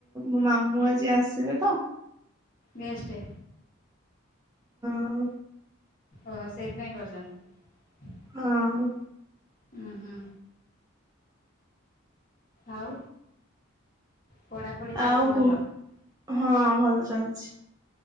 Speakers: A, on the right; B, on the left.
A: ମୋ ମାମୁଁ ଆଜି ଆସିବେ ତ।
B: ଗେଷ୍ଟ।
A: ଆଉ
B: ଓହୋ ସେଇଥିପାଇଁ କରିଚନ୍ତି।
A: ହଁ।
B: ହୁଁ ହୁଁ ଆଉ। ପଢ଼ାପଢ଼ି ଚାଲିଛି
A: ଆଉ
B: ଭଲ?
A: କୁ ହଁ ଭଲ ଚାଲିଚି।